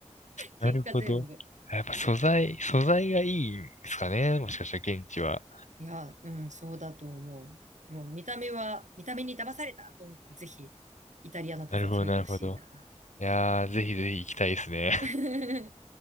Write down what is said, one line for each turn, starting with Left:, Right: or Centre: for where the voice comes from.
Right: 結果全部。
Left: なるほど。やっぱ素材、素材がいいんですかね。もしかしたら現地は。
Right: いや、うん、そうだと思う。もう見た目は、見た目に騙されたと思って、ぜひ、イタリアのピザ食べてほしいな。
Left: なるほど、なるほど。いやー、ぜひぜひ行きたいですね。
Right: <laughs>